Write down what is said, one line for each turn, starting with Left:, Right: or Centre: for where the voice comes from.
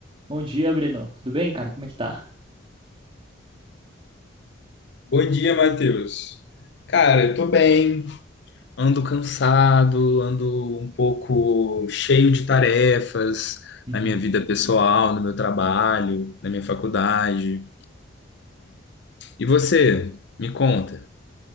Right: Bom dia, Breno. Tudo bem, cara? Como é que tá?
Left: Bom dia, Matheus. Cara, eu tô bem. Ando cansado, ando um pouco cheio de tarefas
Right: Uhum.
Left: na minha vida pessoal, no meu trabalho, na minha faculdade. E você, me conta.